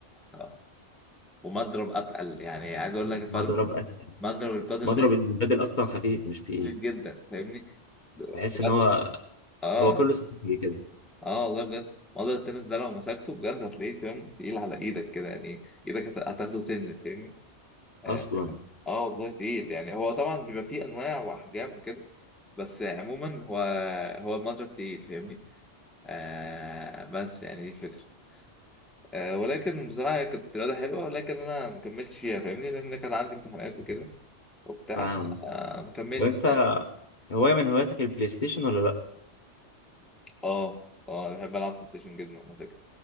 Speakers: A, in the centre; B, on the left.
A: آه. ومضرب اتقل يعني عايز اقول لك الفرق
B: ومضرب
A: بين
B: أتقل
A: مضرب البادل
B: مضرب
A: ده
B: البدل أصلا خفيف مش تقيل
A: خفيف جدا فاهمني بجد.
B: بحس إن هو
A: اه
B: هو كله سفنج كده
A: اه والله بجد مضرب التنس ده لو مسكته بجد هتلاقيه تمام تقيل على ايدك كده يعني ايدك هت- هتاخده وتنزل فاهمني آه،
B: أصلا
A: اه والله تقيل يعني هو طبعا بيبقى فيه انواع واحجام وكده بس عموما هو هو المضرب تقيل فاهمني آه بس يعني دي الفكره آه ولكن بصراحه هي كانت رياضه حلوه ولكن انا ما كملتش فيها فاهمني لان كان عندي امتحانات وكده وبتاع
B: فاهم
A: فما كملتش
B: وأنت
A: يعني
B: هواية من هواياتك البلاي ستيشن ولا لأ؟
A: اه اه بحب العب بلاي ستيشن جدا على فكره